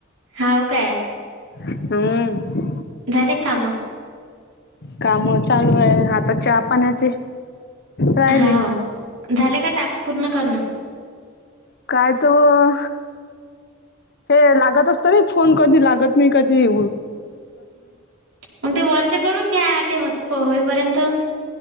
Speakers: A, on the right; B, on the left.
A: हा काय...
B: हम्म
A: झाले काम
B: काम चालू आहे आ... आ चहा पाण्याचे... राहिले
A: हा झाले का टास्क पूर्ण करणं...
B: कायच व... हे लागत असत रे फोन कधी लागत नाही कधी ये....
A: मग ते वरच करून घ्या ते होत होईपर्यंत....